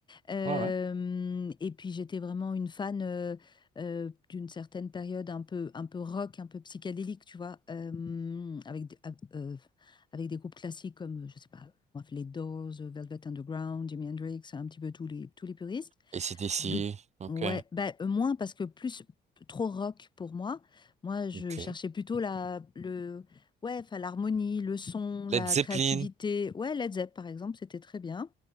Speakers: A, on the left; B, on the right.
A: Euh,
B: Ouais, ouais.
A: et puis j'étais vraiment une fan euh, euh, d'une certaine période un peu, un peu rock, un peu psychédélique, tu vois, euh, avec, des- av- euh, avec des groupes classiques comme, je sais pas, moi, les Doors, euh, Velvet Underground, Jimi Hendrix, un petit peu tous les, tous les puristes.
B: Et c'est d'ici.
A: De,
B: Ok.
A: ouais, bah, euh, moins parce que plus trop rock pour moi. Moi, je
B: Ok.
A: cherchais plutôt la, le, ouais, enfin, l'harmonie, le son,
B: Led
A: la
B: Zeppelin.
A: créativité. Ouais, Led Zepp, par exemple, c'était très bien.